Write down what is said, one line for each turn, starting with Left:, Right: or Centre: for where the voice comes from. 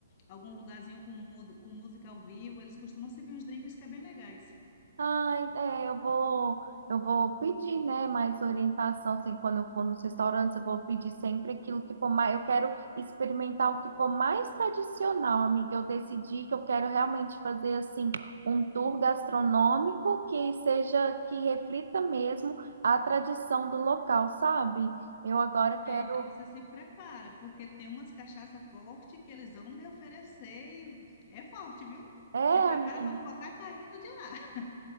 Left: algum lugarzinho com, mu- com música ao vivo, eles costumam servir uns drinks que é bem legais.
Right: Ai, é, eu vou, eu vou pedir, né, mais orientação, assim, quando eu for nos restaurantes, eu vou pedir sempre aquilo que for mais, eu quero experimentar o que for mais tradicional, amiga. Eu decidi que eu quero realmente fazer, assim, um tour gastronômico que seja, que reflita mesmo a tradição do local, sabe? Eu agora quero,
Left: É, então você se prepara, porque tem umas cachaça forte que eles vão lhe oferecer e é forte, viu?
Right: é,
Left: Se prepara
Right: amiga.
Left: para não voltar caindo de lá. <laughs>